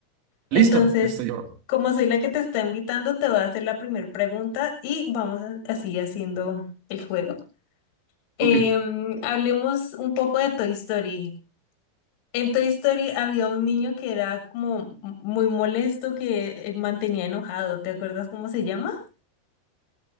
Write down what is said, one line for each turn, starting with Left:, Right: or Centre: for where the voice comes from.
Right: Listo,
Left: Entonces,
Right: estoy yo.
Left: como soy la que te está invitando, te voy a hacer la primera pregunta y vamos a- así haciendo el juego. Em,
Right: Ok.
Left: hablemos un poco de Toy Story. En Toy Story había un niño que era como muy molesto, que eh, mantenía enojado. ¿Te acuerdas cómo se llama?